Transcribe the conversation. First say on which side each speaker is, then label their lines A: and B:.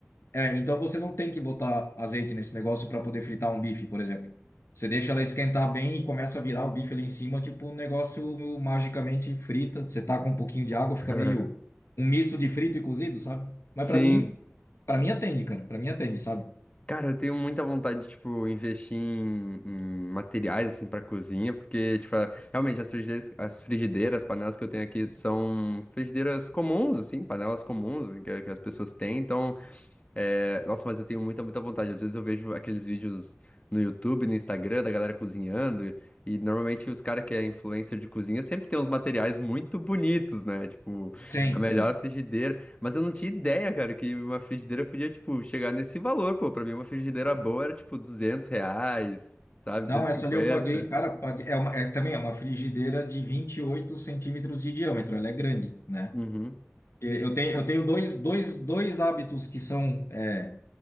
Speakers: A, on the left; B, on the left.
A: É, então você não tem que botar azeite nesse negócio para poder fritar um bife, por exemplo. Você deixa ela esquentar bem e começa a virar o bife ali em cima, tipo, um negócio magicamente frita. Você tá com um pouquinho de água,
B: <laughs>
A: fica meio um misto de frito e cozido, sabe? Mas
B: Sim.
A: para mim, para mim atende, cara. Para mim atende, sabe?
B: Cara, eu tenho muita vontade de, tipo, investir em, em materiais, assim, pra cozinha, porque, tipo, a- realmente as frigideiras, as frigideiras, as panelas que eu tenho aqui são frigideiras comuns, assim, panelas comuns que, que as pessoas têm, então... É, nossa, mas eu tenho muita, muita vontade. Às vezes eu vejo aqueles vídeos no YouTube, no Instagram, da galera cozinhando, e normalmente os caras que é influencer de cozinha sempre tem uns materiais muito bonitos, né? Tipo,
A: Sim,
B: a melhor
A: sim.
B: frigideira. Mas eu não tinha ideia, cara, que uma frigideira podia, tipo, chegar nesse valor, pô. Pra mim, uma frigideira boa era, tipo, 200 reais, sabe?
A: Não,
B: 250.
A: essa ali eu paguei, cara, paguei, é uma, é também é uma frigideira de 28 centímetros de diâmetro, ela é grande, né?
B: Uhum.
A: E Eu tenho, eu tenho dois, dois, dois hábitos que são, é,